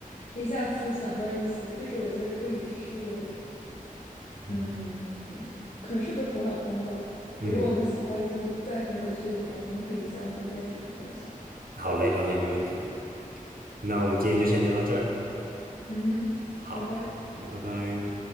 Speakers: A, on the left; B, on the right.
A: 可以下次想到一些，就是我觉得可以是。
B: 嗯
A: 嗯，嗯很适合头脑风暴。
B: 嗯，
A: 如果我们想到一些再很有趣的点，我们可以相互再继续分享。
B: 好嘞，好嘞，没问题。那我们今天就先聊到这儿，
A: 嗯哼，
B: 好，
A: 拜拜。
B: 那拜拜。